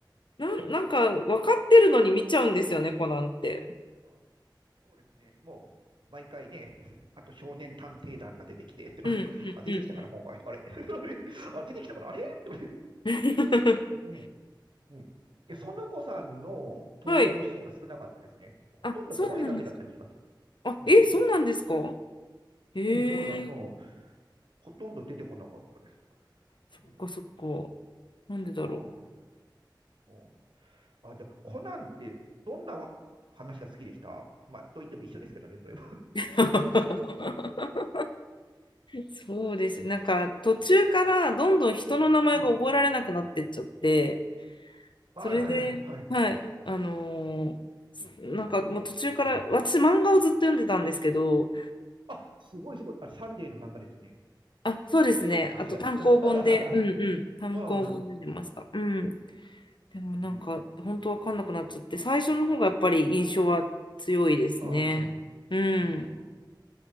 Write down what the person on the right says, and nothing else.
うんそうですね。もう、毎回ね、<laughs> あと少年探偵団が出てきて、<laughs> とかあ、
出てきたかな、今回。あれ <laughs> あれあ、出てきたかな、あれとか
うん、うん。で、園子さんの登場シーンが少なかったですね。
ほとんど声だけだった気がする。
うん。
うん、そうな、うん。ほとんど出てこなかったです。
うん。
ああ、うんあ、じゃあ、コナンってどんなわ話が好きでしたまあ、と言っても一緒ですけどね、どれも。
うん。はいはいはい、
はい。
あ、すごいすごい。あ、サンデーの漫画ですよね。
あ、
ひらん、<laughs> あ
あ、
うん
あ
あ、あ